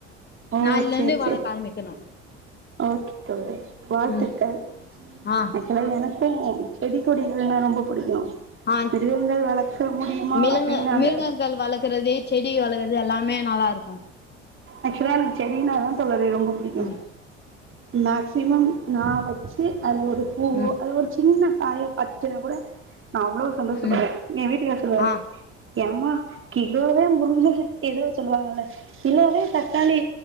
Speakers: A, on the right; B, on the left.
A: ஓ
B: நாள்ல
A: சேரி
B: இருந்து வழக்க
A: சேரி
B: ஆரம்பிக்கணு
A: ஓகே தோழரே வாழ்த்துக்கள்
B: ம் ஆ
A: அப்றோ எனக் கு செடிகொடிகள்னா ரொம்ப புடிக்கு
B: ஆ
A: மிருகங்கள் வளக்க முடியுமா
B: மிலங்க
A: அப்டின்னு அந்த
B: மிருகங்கள் வளக்கறது செடி வளக்கறது எல்லாமே நல்லா இருக்கு
A: ஆக்சுவலா நமக்கு செடின்னாதா தோழர் வே ரொம்ப புடிக்கு
B: ம்
A: ன்னாக்ஸ் சிவம் நா வச்சி அதில ஒரு பூவோ
B: ம்
A: அத ஒரு சின்ன காயோ அச்சிச்சனா கூட நா அவ்ளோ சந்தோஷப்படுவே
B: ம்
A: ஏ வீட்டுக்கார் சொல்லுவாரு
B: ஆ
A: ஏம்மா கிலோவே முருங்க ஏதோ சொல்லுவாங்கல்ல கிலோவே தக்காளி